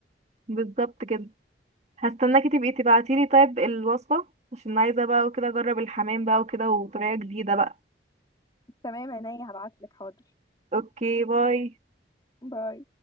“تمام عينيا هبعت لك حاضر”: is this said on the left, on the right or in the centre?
Left